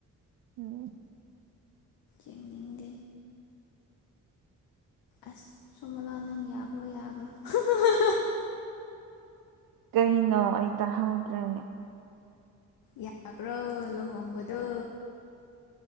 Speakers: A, on the right; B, on the left.
A: ꯎꯝ
B: ꯌꯦꯡꯅꯤꯡꯗꯦ ꯑꯁ ꯁꯣꯃꯂꯥ ꯅꯪ ꯌꯥꯕ꯭ꯔꯣ ꯌꯥꯕ꯭ꯔꯣ ꯍꯨꯡ ꯍꯨꯡ ꯍꯨꯡꯍ
A: ꯀꯩꯅꯣ ꯑꯩ ꯇꯥꯍꯧꯗ꯭ꯔꯦ
B: ꯌꯥꯒ꯭ꯔꯣ ꯂꯨꯍꯣꯡꯕꯗꯣ